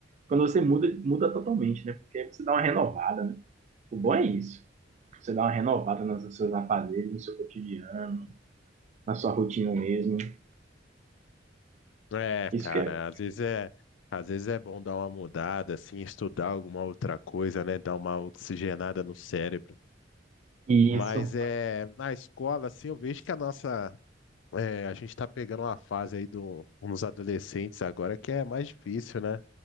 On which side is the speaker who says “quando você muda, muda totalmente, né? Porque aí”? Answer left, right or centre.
Right